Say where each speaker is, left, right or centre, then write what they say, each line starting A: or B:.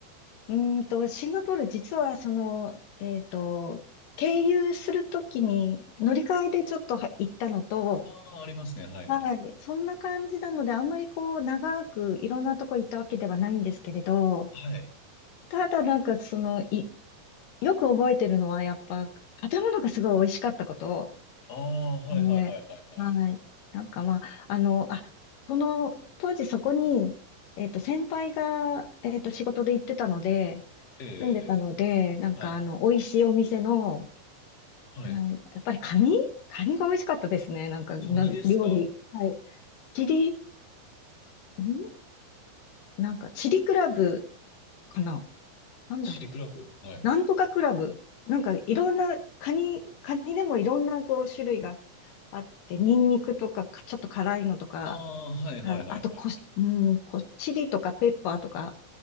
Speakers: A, on the left; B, on the left.
A: うーんと、シンガポール、実は、その、えっと、経由するときに乗り換えでちょっとは行ったのと、
B: ああー、ありますね。はい、
A: はい、
B: はい。
A: そんな感じなので、あんまりこう、長くいろんなとこ行ったわけではないんですけれど、
B: はい。
A: ただなんか、その、い、よく覚えてるのは、やっぱ、建物がすごい美味しかったこと。
B: ああ、はい、
A: ね。
B: はい、はい、はい、はい。
A: はい。なんかまあ、あの、あ、その、当時そこに、えっと、先輩が、えっと、仕事で行ってたので、
B: ええ、
A: 住んでたので、
B: ええ
A: なんかあの、
B: はい、
A: 美味しいお店の、
B: はい。
A: はい、やっぱりカニカニが美味しかったですね。なんか、
B: カニですか
A: な、料理。はい。チリ、んなんか、チリクラブかななんだろう。
B: チリクラブはい。
A: なんとかクラブ。なんか、いろんな、カニ、カニでもいろんなこう種類があって、ニンニクとか、かちょっと辛いのとか、
B: ああ、はい、はい、
A: あ、
B: はい、
A: あとこし、
B: はい、はい。
A: うん、こ、チリとかペッパーとか、